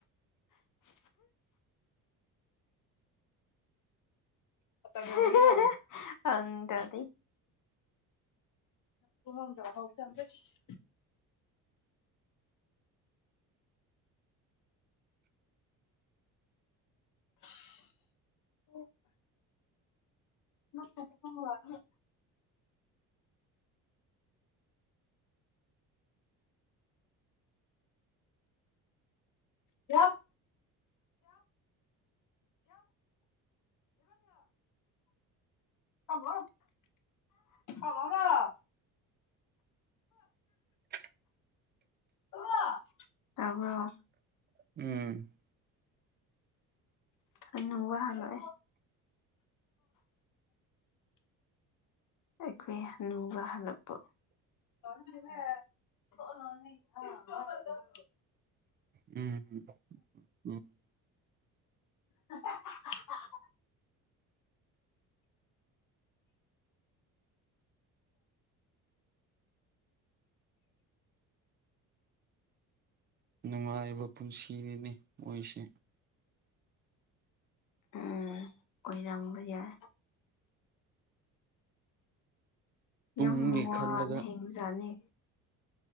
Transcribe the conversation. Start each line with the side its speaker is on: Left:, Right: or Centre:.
Left: <unintelligible> ꯑꯪ ꯇꯧꯗꯤ <unintelligible> <unintelligible> <unintelligible> ꯌꯥꯝ <unintelligible>
Right: <inaudible>
Left: <unintelligible> ꯇꯥꯕ꯭ꯔꯣ
Right: ꯎꯝ
Left: ꯑꯅꯧꯕ ꯍꯜꯂꯛꯑꯦ ꯑꯩꯈꯣꯏ ꯍꯅꯨꯕ ꯍꯜꯂꯛꯄ <unintelligible>
Right: ꯎꯝ ꯎꯝ
Left: <inaudible>
Right: ꯅꯨꯡꯉꯥꯏꯕ ꯄꯨꯟꯁꯤꯅꯤꯅꯦ ꯃꯣꯏꯁꯦ
Left: ꯎꯝ ꯑꯣꯏꯔꯝꯕ ꯌꯥꯏ
Right: ꯇꯨꯡꯒꯤ
Left: ꯌꯥꯝ ꯋꯥꯅ
Right: ꯈꯜꯂꯒ
Left: ꯍꯤꯡꯕꯖꯥꯠꯅꯤ